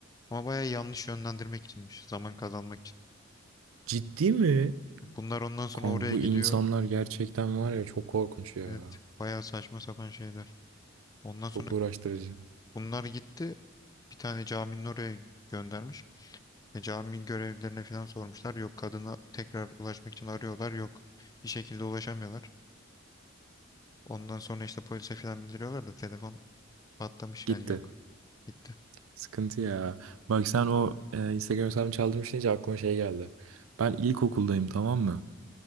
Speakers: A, on the left (about 20°); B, on the right (about 85°).
A: Ama baya yanlış yönlendirmek içinmiş. Zaman kazanmak için.
B: ciddi mi?
A: Bunlar ondan sonra
B: Kanka
A: oraya
B: bu
A: gidiyor.
B: insanlar gerçekten var ya çok korkunç ya.
A: Evet baya saçma sapan şeyler. Ondan
B: Çok
A: sonra
B: uğraştırıcı.
A: bunlar gitti. Bir tane caminin oraya göndermiş. E, cami görevlilerine falan sormuşlar. Yok kadına tekrar ulaşmak için arıyorlar. Yok bir şekilde ulaşamıyorlar. Ondan sonra işte polise falan bildiriyorlar da telefon patlamış
B: Gitti.
A: yani yok. Gitti.
B: Sıkıntı ya. Bak sen o e, Instagram hesabını çaldırmış deyince aklıma şey geldi. Ben ilkokuldayım tamam mı?